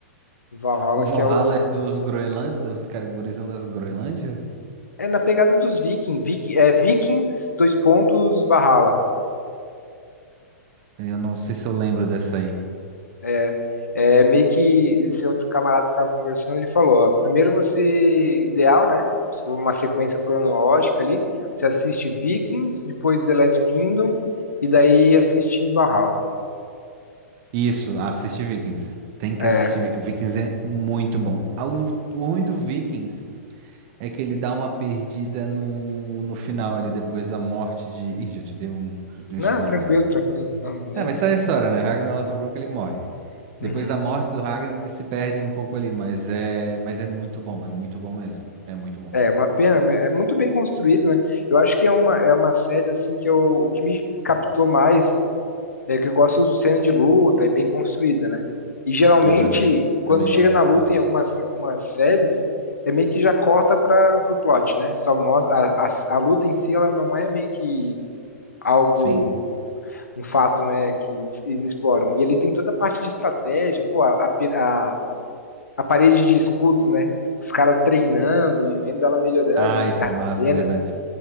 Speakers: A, on the left; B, on the right.
A: O Valhalla
B: O Valhalla
A: que é o.
B: é dos Groenlândia, dos cara, gurizão das Groenlândia?
A: É na pegada dos Vikings. Viking, é Vikings, dois pontos, Valhalla.
B: Eu não sei se eu lembro dessa aí.
A: É é meio que esse outro camarada que tava conversando, ele falou, ó, primeiro você, ideal, né? Se for uma sequência cronológica ali, você assiste Vikings, depois The Last Kingdom, e daí assiste Valhalla.
B: Isso, assisti Vikings. Tem que
A: É,
B: assistir. Vi- Vikings é muito bom. Ah, O, o ruim do Vikings é que ele dá uma perdida no, no final ali, depois da morte de. Ih, já te dei um, já te dei
A: não,
B: um spoiler
A: tranquilo,
B: aqui.
A: tranquilo, não, nem...
B: É, mas tá a história, né? Ragnar Lothbrok, ele morre. Depois
A: Uhum.
B: da morte do Ragnar, eles se perdem um pouco ali, mas é, mas é muito bom, é muito bom mesmo. É muito bom.
A: É, uma pena, né, é muito bem construído, né? Eu acho que é uma, é uma série, assim, que eu, o que me captou mais É que eu gosto de cena de luta e bem construída, né? E geralmente,
B: Aham.
A: quando
B: Também
A: chega
B: gosto,
A: na luta
B: pô.
A: em algumas, algumas séries, é meio que já corta para o plot, né? Só mostra, a, a, a luta em si, ela não é meio que algo,
B: Sim.
A: um fato, né, que eles eles exploram. E ali tem toda a parte de estratégia, pô, a, a, a- a parede de escudos, né? Os caras treinando e vendo ela melhorando
B: Ah,
A: e
B: isso
A: a
B: é
A: cena
B: massa, é verdade.